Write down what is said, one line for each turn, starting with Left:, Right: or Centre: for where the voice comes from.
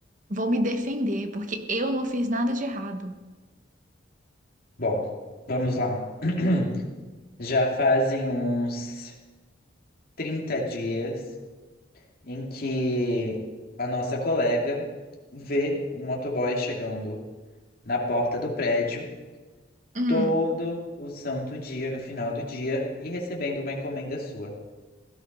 Right: vou me defender, porque eu não fiz nada de errado.
Left: Bom, vamos lá. <clears throat> Já fazem uns 30 dias em que a nossa colega vê um motoboy chegando na porta do prédio
Right: Hum,
Left: todo o santo dia, no final do dia, e recebendo uma encomenda sua.